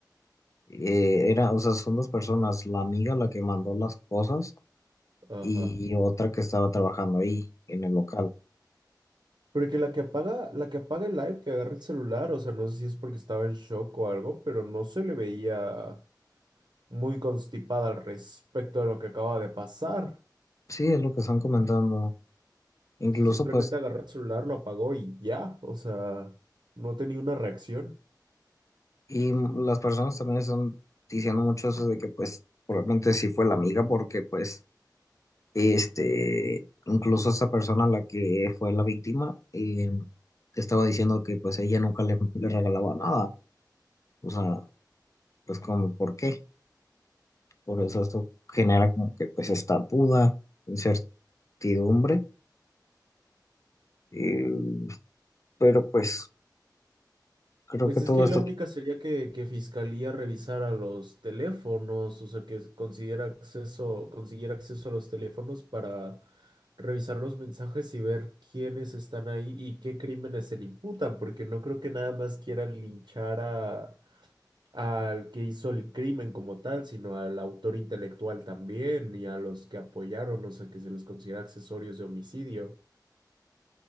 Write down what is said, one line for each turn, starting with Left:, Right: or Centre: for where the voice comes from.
Left: Eh, era, o sea, son dos personas, la amiga la que mandó las cosas
Right: Ajá.
Left: y otra que estaba trabajando ahí en el local.
Right: Porque la que apaga, la que apaga el live, que agarra el celular, o sea, no sé si es porque estaba en shock o algo, pero no se le veía muy constipada al respecto de lo que acaba de pasar.
Left: Sí, es lo que están comentando. Incluso,
Right: O sea, simplemente
Left: pues,
Right: agarró el celular, lo apagó y ya. O sea, no tenía una reacción.
Left: y las personas también están diciendo mucho eso de que, pues, probablemente sí fue la amiga, porque, pues, Este, incluso esa persona, la que fue la víctima, eh, estaba diciendo que pues ella nunca le, le regalaba nada. O sea, pues como, ¿por qué? Por eso esto genera como que pues esta duda, incertidumbre. eh, pero pues creo
Right: Pues
Left: que todo
Right: es que
Left: esto,
Right: la única sería que, que Fiscalía revisara los teléfonos, o sea, que considera acceso, consiguiera acceso a los teléfonos para revisar los mensajes y ver quiénes están ahí y qué crímenes se le imputan, porque no creo que nada más quieran linchar a, al que hizo el crimen como tal, sino al autor intelectual también y a los que apoyaron, o sea, que se les considera accesorios de homicidio.